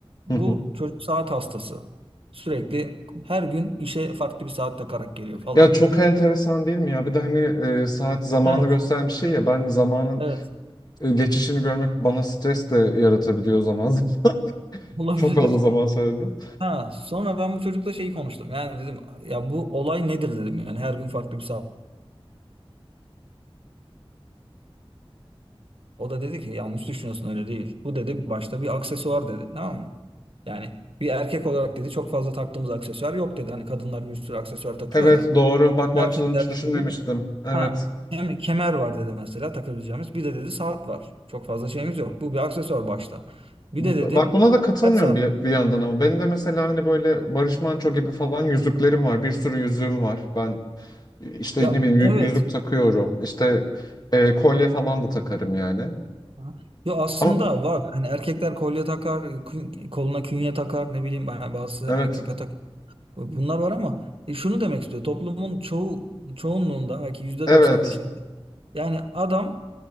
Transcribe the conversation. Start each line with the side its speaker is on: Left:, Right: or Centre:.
Right: Bu
Left: Hı hı.
Right: çocuk saat hastası. Sürekli her gün işe farklı bir saat takarak geliyor falan.
Left: Ya çok enteresan değil mi ya? Bir de hani e, saat zamanı
Right: Evet.
Left: gösteren bir şey ya. Ben zamanın
Right: Evet.
Left: E, Geçişini görmek bana stres de yaratabiliyor zaman zaman.
Right: <laughs>
Left: <laughs>
Right: Olabilir.
Left: Çok fazla zaman söyledim.
Right: Ha, sonra ben bu çocukla şeyi konuştum. Yani dedim ya bu olay nedir dedim. Yani her gün farklı bir saat. O da dedi ki yanlış düşünüyorsun öyle değil. Bu dedi başta bir aksesuar dedi. Tamam mı? Yani bir erkek olarak dedi çok fazla taktığımız aksesuar yok dedi. Hani kadınlar bir sürü aksesuar takıyor
Left: Evet
Right: ya.
Left: doğru. Bak bu
Right: Erkeklerde
Left: açıdan hiç düşünmemiştim.
Right: dedi
Left: Evet.
Right: ha kem- kemer var dedi mesela takabileceğimiz. Bir de dedi saat var. Çok fazla şeyimiz yok. Bu bir aksesuar başta. Bir
Left: B-
Right: de dedi
Left: Bak buna da katılmıyorum
Right: her saat
Left: bir, bir yandan ama. Benim de mesela hani böyle Barış Manço gibi falan yüzüklerim var. Bir sürü yüzüğüm var. Ben işte
Right: ya
Left: ne bileyim
Right: evet.
Left: yü- yüzük takıyorum. İşte e, kolye falan da takarım yani.
Right: Ha. Yo aslında
Left: Ama
Right: var. Hani erkekler kolye takar, kün- koluna künye takar, ne bileyim ha, bazısı
Left: evet.
Right: hani küpe takar. Bunlar var ama e, şunu demek istiyor. Toplumun çoğu çoğunluğunda belki %95'inde
Left: Evet.
Right: yani adam